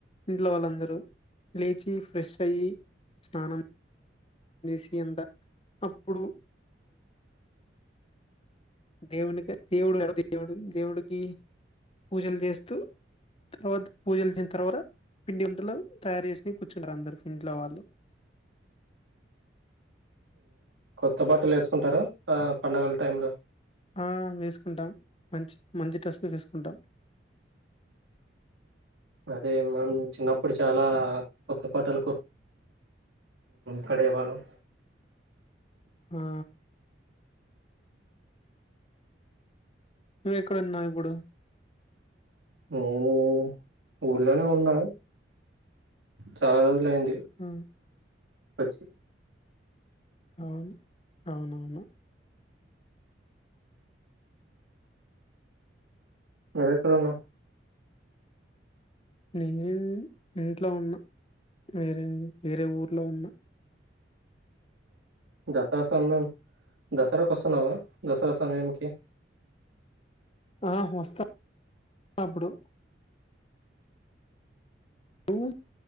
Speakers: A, on the left; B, on the right.
A: ఇంట్లో వాళ్ళందరూ లేచి ఫ్రెష్ అయ్యి స్నానం సి ఎంత అప్పుడు దేవుని దేవుడు దేవుడు దేవుడికి పూజలు చేస్తూ తర్వాత పూజలుసిన తర్వాత పిండింటలు తయారు చేసిిన కూర్చుంటారు అందరుూ పిండిలో వాళ్ళు
B: కొత్త బట్టలు వేసుకుంటారు ఆ పండగల టై లో
A: ఆ వేసుకుంటాం మంచి మంచి ట్రస్ వేసుకుంటాం
B: అదే మనం చిన్నప్పుడు చాలా కొత్త పాటలు పడే వాళ్ళు
A: ఆ నువ్వ ఎక్కడున్నా ఇప్పుడు
B: నేను ఊర్లోనే ఉన్నా చాలా రోజులయింది
A: ఆ
B: పచ్చి
A: అవును అవునవును
B: నువ్వెక్కడున్నావ్
A: నేను ఇంట్లో ఉన్నా వేరే వేరే ఊర్లో ఉన్నా
B: దసరా సమయం దసరాకు వస్తున్నావా దసరా సమయంకి
A: ఆ వస్తా అప్పుడు నువ్వు